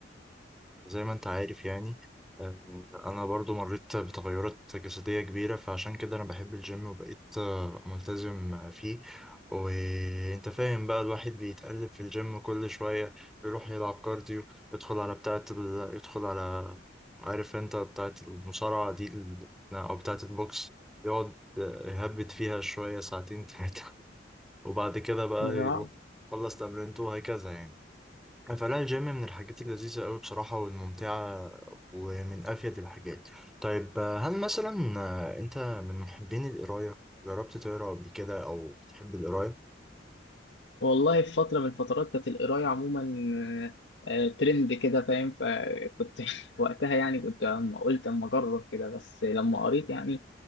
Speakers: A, in the centre; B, on the left.
A: زي ما انت عارف يعني آه، انا برضو مريت بتغيرات جسدية كبيرة فعشان كده انا بحب الجيم وبقيت آه، ملتزم آه، فيه وانت فاهم بقى الواحد بيتقلب في الجيم كل شوية يروح يلعب كارديو يدخل على بتاعة ال... يدخل على عارف انت بتاعة المصارعة دي ال... او بتاعة البوكس يقعد آه، يهبد فيها شوية ساعتين تلاتة <laughs> وبعد كده بقى
B: يعني
A: يروح خلص تمرينته وهكذا يعني فلا الجيم من الحاجات اللذيذة قوي بصراحة والممتعة ومن أفيد الحاجات طيب آه، هل مثلا آه، أنت من محبين القراية؟ جربت تقرا قبل كده أو بتحب القراية؟
B: والله في فترة من الفترات كانت القراية عموما آه، آه، ترند كده فاهم فكنت <laughs> وقتها يعني كنت أما قلت أما أجرب كده بس لما قريت يعني